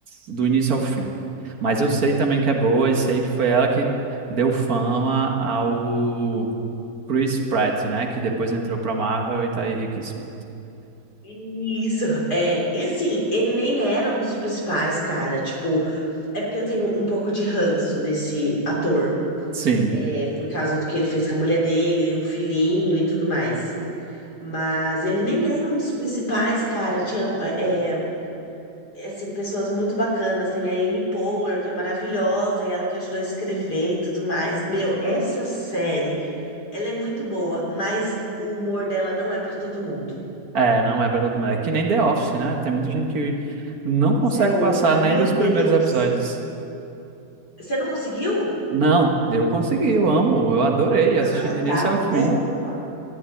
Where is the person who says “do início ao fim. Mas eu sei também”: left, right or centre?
Right